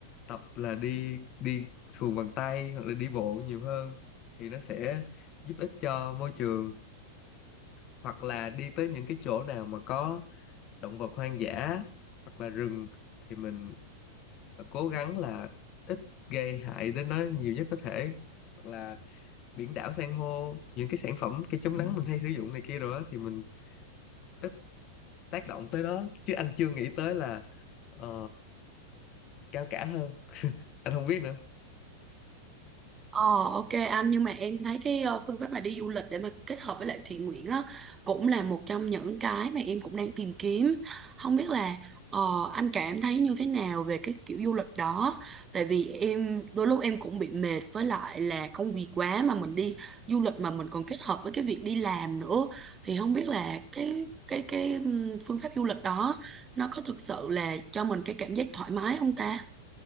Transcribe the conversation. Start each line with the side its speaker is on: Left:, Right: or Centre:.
Left: tập là đi đi xuồng bằng tay hoặc là đi bộ nhiều hơn thì nó sẽ giúp ích cho môi trường hoặc là đi tới những cái chỗ nào mà có động vật hoang dã hoặc là rừng thì mình cố gắng là ít gây hại đến nó nhiều nhất có thể hoặc là biển đảo san hô những cái sản phẩm cái chống nắng mình hay sử dụng này kia rồi á thì mình ít tác động tới đó chứ anh chưa nghĩ tới là ờ, cao cả hơn anh không biết nữa
Right: Ờ ok anh nhưng mà em thấy cái ờ, phương pháp mà đi du lịch để mà kết hợp với lại thiện nguyện á cũng là một trong những cái mà em cũng đang tìm kiếm. Không biết là ờ, anh cảm thấy như thế nào về cái kiểu du lịch đó. Tại vì em đôi lúc em cũng bị mệt với lại là công việc quá mà mình đi du lịch mà mình còn kết hợp với cái việc đi làm nữa thì không biết là cái cái cái ừm, phương pháp du lịch đó nó có thực sự là cho mình cái cảm giác thoải mái không ta?